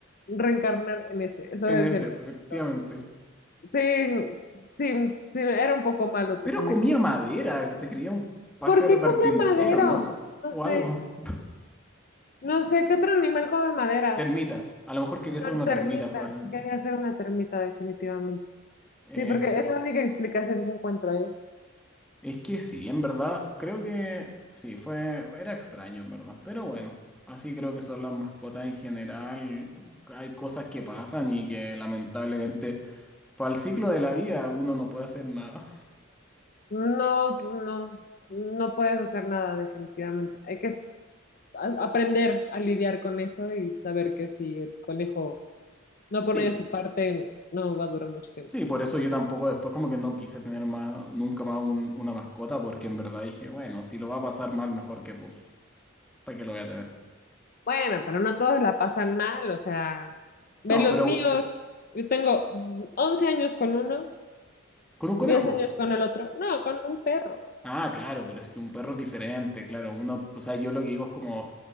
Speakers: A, on the left; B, in the centre.
A: reencarnar en ese. Eso
B: En
A: es
B: ese,
A: el conejito.
B: efectivamente.
A: Sí, sí, sí, era un poco malo tu
B: Pero
A: conejo.
B: comía madera, se creía un pájaro
A: ¿Por qué
B: carpintero,
A: comía madero?
B: ¿no?
A: No
B: O
A: sé,
B: algo. <laughs>
A: no sé, ¿qué otro animal come madera?
B: Termitas. A lo mejor quería ser
A: Las
B: una
A: termitas.
B: termita, probablemente.
A: Quería ser una termita definitivamente.
B: Ex-
A: Sí, porque es la única explicación que encuentro ahí.
B: es que sí, en verdad, creo que sí, fue, era extraño, en verdad. Pero bueno, así creo que son las mascotas en general. Hay cosas que pasan y que lamentablemente, para el ciclo de la vida, uno no puede hacer nada.
A: No, pues no, no puedes hacer nada definitivamente. Hay que s- a- aprender a lidiar con eso y saber que si el conejo no
B: Sí.
A: pone de su parte, no va a durar mucho tiempo.
B: Sí, por eso yo tampoco después como que no quise tener más, nunca más un- una mascota, porque en verdad dije, bueno, si lo va a pasar mal, mejor que pues, ¿para qué lo voy a tener?
A: Bueno, pero no todos la pasan mal, o sea, ve
B: No,
A: los
B: pero
A: míos. Yo tengo 11 años con uno,
B: con un conejo.
A: 10 años con el otro. No, con un perro.
B: Ah, claro, pero es que un perro es diferente, claro. Uno, o sea, yo lo que digo es como